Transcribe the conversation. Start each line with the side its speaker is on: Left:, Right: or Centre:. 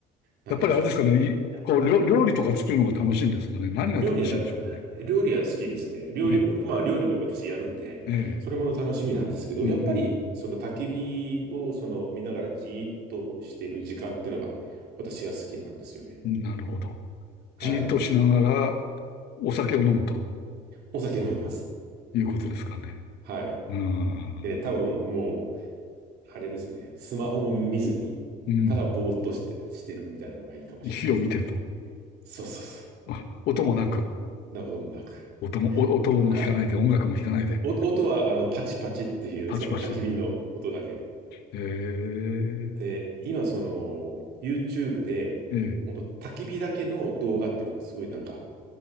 Right: なんでちょっとね、
Left: やっぱりあれですかね、いこう、
Right: いや
Left: 料料理とか作るのが楽しいんですかね。何が楽しいんでしょうね。
Right: 料理はだ、料理は好きですね。料理も、
Left: ね、
Right: まあ料理も私やるんで、
Left: ええ、
Right: それも楽しみなんですけど、
Left: うん、
Right: やっぱりその焚き火をその見ながらじーっとしている時間っていうのが私は好きなんですよね。
Left: うん、なるほど。
Right: はい。
Left: じーっとしながらお酒を飲むと
Right: お酒飲みます。
Left: いうことですかね。
Right: はい。
Left: うん、
Right: で、多分もあれですね。スマホも見ずに、
Left: うん、
Right: ただぼーっとして、してるみたいなのがいいかもしれないですね。
Left: 火を見てると。
Right: そうそうそ
Left: <laughs> 音もなく、
Right: う。なこともなく。
Left: 音も、お音も聞かないで、
Right: はい。
Left: 音楽も聞かないで、
Right: お音は、あの、パチパチっていう、
Left: パチパチという。
Right: その焚き火の音だけ。
Left: え
Right: で、今、その、YouTube で、
Left: えええ
Right: ほんと焚き火だけの動画っていうのがすごいなんか、